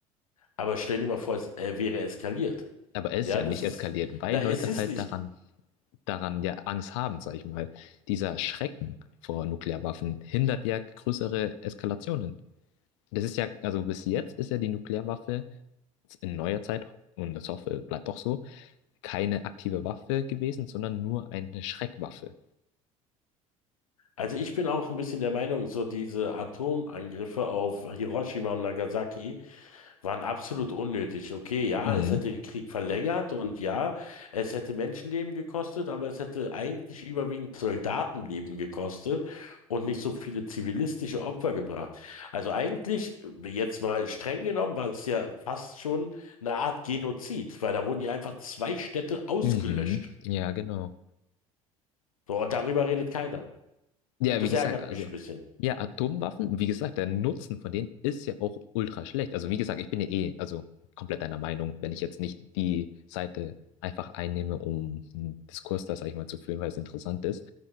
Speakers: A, on the left; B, on the left.
A: aber stell dir mal vor, es äh, wäre eskaliert.
B: Aber es
A: Ja,
B: ist ja
A: das
B: nicht
A: ist,
B: eskaliert, weil
A: na,
B: Leute
A: es ist
B: halt
A: nicht.
B: daran, daran ja Angst haben, sag ich mal. Dieser Schrecken vor Nuklearwaffen hindert ja größere Eskalationen. Das ist ja, also bis jetzt ist ja die Nuklearwaffe in neuer Zeit, und das hoffe, es bleibt auch so, keine aktive Waffe gewesen, sondern nur eine Schreckwaffe.
A: Also ich bin auch ein bisschen der Meinung, so diese Atomangriffe auf Hiroshima und Nagasaki waren absolut unnötig. Okay, ja,
B: Mhm.
A: es hätte den Krieg verlängert und ja, es hätte Menschenleben gekostet, aber es hätte eigentlich überwiegend Soldatenleben gekostet und nicht so viele zivilistische Opfer gebracht. Also eigentlich, jetzt mal streng genommen, war es ja fast schon eine Art Genozid, weil da wurden ja einfach zwei Städte ausgelöscht.
B: Mhm. Ja, genau.
A: So, und darüber redet keiner.
B: Ja,
A: Das
B: wie gesagt,
A: ärgert
B: also,
A: mich ein bisschen.
B: ja, Atomwaffen, wie gesagt, der Nutzen von denen ist ja auch ultra schlecht. Also, wie gesagt, ich bin ja eh, also komplett deiner Meinung, wenn ich jetzt nicht die Seite einfach einnehme, um einen Diskurs da, sag ich mal, zu führen, weil es interessant ist.